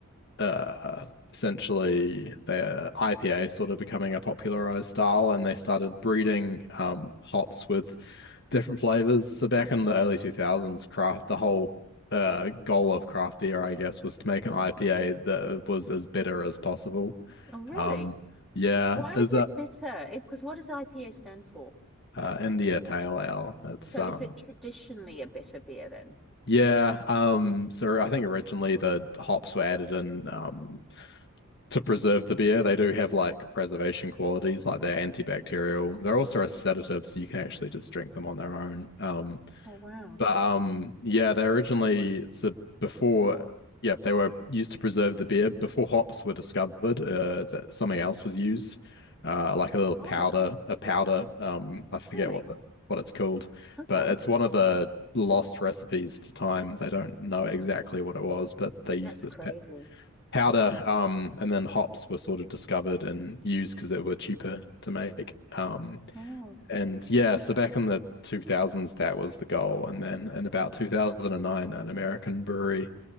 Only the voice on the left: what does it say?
uh essentially the IPA sort of becoming a popularized style and they started breeding um hops with different flavors. So back in the early 2000s, craft the whole uh goal of craft beer, I guess, was to make an IPA that was as bitter as possible.
Um yeah,
is
that
uh, India Pale Ale. It's
um
yeah um so I think originally the hops were added in um to preserve the beer. They do have like preservation qualities, like they're antibacterial. They're also a sedative, so you can actually just drink them on their own. Um,
But um, yeah, they originally so before, yeah, they were used to preserve the beer. Before hops were discovered, uh, that something else was used, uh, like a little powder,
a powder. Um, I forget
what the, what it's called,
but it's one of the lost recipes to time. They don't know exactly what it was, but they used
this
pa- powder. Um, and then hops were sort of discovered and used because they were cheaper to make. Um,
and yeah, so back in the 2000s, that was the goal. And then in about 2009, an American brewery